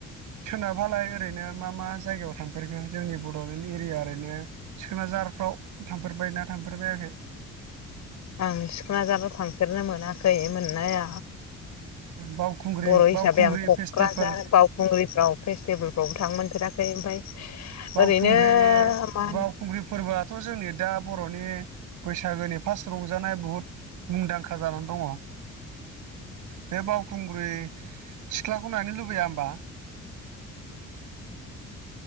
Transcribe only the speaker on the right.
सोनाबहालाय ओरैनो मा मा जायगायाव थांफेरखो जोंनि बड'लेण्ड एरिया ओरैनो सिखोन जाहार फाव थामफेरबायना थामफेरबायाखै
बावखुंग्रि
बावखुंग्रि
फेस्टिभेल
बावखुंग्रि
बावखुंग्रि
फोरबोआथ' जोंनि दा बर'नि बैसागोनि फार्स्त रंजानाया बुहुत मुंदांखा जानानै दङ बे बावखुंग्रि सिख्लाखौ नायनो लुबैया होमबा